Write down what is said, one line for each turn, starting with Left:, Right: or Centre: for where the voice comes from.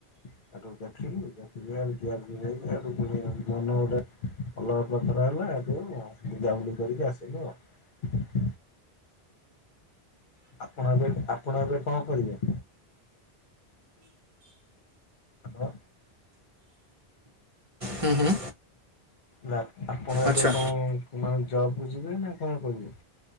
Left: ସେଠୁ ଦେଖିଲୁ ଦେଖିଲି ଆଉ ଜିଆ ଜି ନାଇକି ସେଠୁ ପୁଣୀ ମନ ହଉଥାଏ। ଭଲ ପ୍ରକାର ହେଲା ହେଠୁ ବୁିଲ ବୁଲି କରିକି ଆସିଲୁ ଆଉ। ଆପଣ ଏବେ ଆପଣ ଏବେ କଣ କରିବେ। ହାଲୋ।
Right: ହୁଁ ହୁଁ
Left: ନା ଆପଣ ଏବେ
Right: ଆଚ୍ଛା
Left: କଣ ମାନେ ଜବ୍ କୁ ଯିବେ ନା କଣ କିରିବେ?